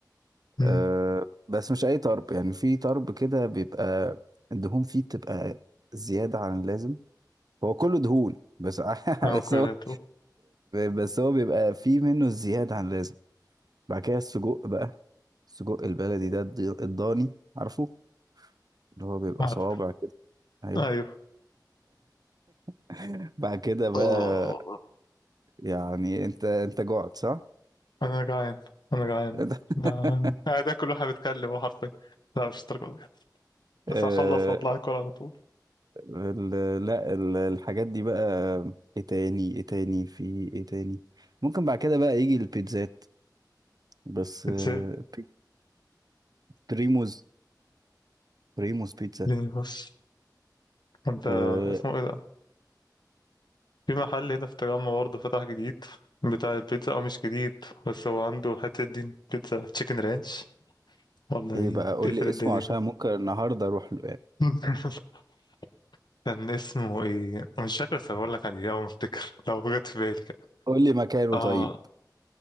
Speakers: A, on the left; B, on the right.
A: مم.
B: آه بس مش اي طرب يعني في طرب كده بيبقى الدهون فيه بتبقى زيادة عن اللازم هو كله دهون بس <laughs>
A: معقولة
B: بس هو بس هو بيبقى فيه منه زيادة عن اللازم بعد كده السجق بقى السجق البلدي ده الضي- الضاني عارفه اللي هو بيبقى
A: عارف
B: صوابع كده ايوه
A: ايوه
B: <laughs> بعد كده بقى
A: اه
B: يعني انت انت جعت صح؟
A: انا جعان انا جعان
B: <laughs>
A: جعان. آه، ده انا قاعد اكل واحنا بنتكلم حرفيا لا مش الدرجة دي بس
B: آه،
A: هخلص واطلع اكل على طول
B: ال- لا ال- الحاجات دي بقى ايه تاني ايه تاني في ايه تاني ممكن بعد كده بقى يجي البيتزات بس آه،
A: اتزهقت
B: بي- بريموز بريموز بيتزا
A: يعني بس انت
B: آه،
A: اسمه ايه ده في محل هنا في التجمع برضه فتح جديد بتاع البيتزا او مش جديد بس هو عنده حتة دين بيتزا تشيكن رانش والله
B: ايه بقى قول
A: تقفل
B: لي
A: الدنيا
B: اسمه عشان
A: كده
B: ممكن النهارده اروح له يعني
A: <laughs> كان اسمه ايه مش فاكر بس هقول لك عليه اول ما افتكر لو جت في بالي كده
B: قول لي مكانه
A: اه
B: طيب